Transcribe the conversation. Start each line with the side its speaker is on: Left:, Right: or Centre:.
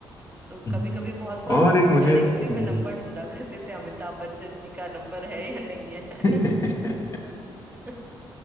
Right: तो
Left: हम्म।
Right: कभी कभी बहुत बार
Left: और
Right: हम लोग
Left: एक
Right: वो
Left: मुझे
Right: डायरेक्टरी
Left: हम्म।
Right: में नंबर ढूंढा करते थे अमिताभ बच्चन जी का नंबर है या नहीं है
Left: <laughs>
Right: <laughs>